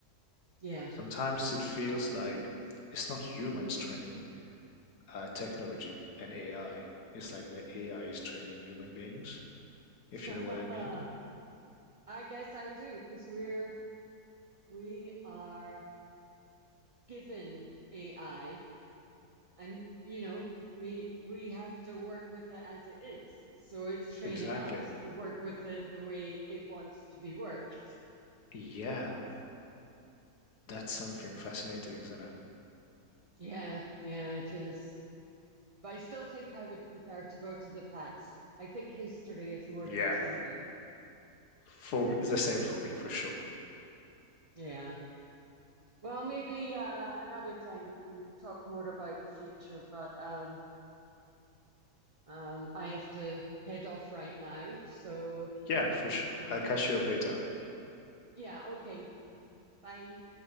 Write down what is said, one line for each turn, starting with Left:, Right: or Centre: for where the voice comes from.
Right: yeah.
Left: Sometimes it feels like it's not humans training uh, technology and AI. It's like the AI is training human beings, if
Right: <laughs>
Left: you know what I mean.
Right: I guess I do because we're we are given AI and you know we we have to work with it as it is. So it's training
Left: Exactly.
Right: us to work with it the way it wants to be worked.
Left: Yeah, that's something fascinating, isn't it?
Right: Yeah, yeah, it is. But I still think I would prefer to go to the past. I think history is more
Left: Yeah,
Right: intriguing.
Left: for me, it's the same for me, for sure.
Right: Yeah. Well, maybe uh, another time we can talk more about the future, but um, um, I have to head off right now. So,
Left: Yeah, for sure.
Right: um,
Left: I'll catch you up later.
Right: yeah, okay. Bye.